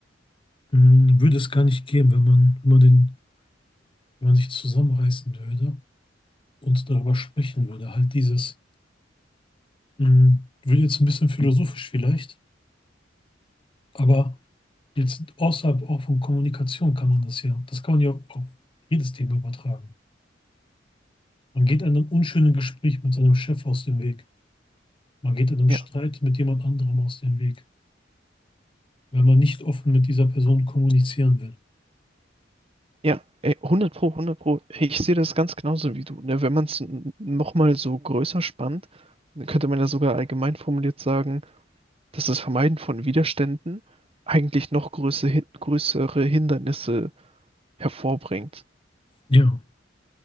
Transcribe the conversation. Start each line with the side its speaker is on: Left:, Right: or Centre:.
Left: mh, würde es gar nicht geben, wenn man, wenn man den, wenn man sich zusammenreißen würde und darüber sprechen würde. Halt dieses Hm, Wird jetzt ein bisschen philosophisch vielleicht, aber jetzt außerhalb auch von Kommunikation kann man das ja, das kann man ja auf jedes Thema übertragen. Man geht einem unschönen Gespräch mit seinem Chef aus dem Weg. Man geht einem
Right: Ja.
Left: Streit mit jemand anderem aus dem Weg, wenn man nicht offen mit dieser Person kommunizieren will.
Right: Ja, ey, 100 Pro, hundert Pro. Hey, Ich sehe das ganz genauso wie du. Ne? Wenn man es nochmal so größer spannt, dann könnte man ja sogar allgemein formuliert sagen, dass das Vermeiden von Widerständen eigentlich noch größere, Hin- größere Hindernisse hervorbringt.
Left: Ja.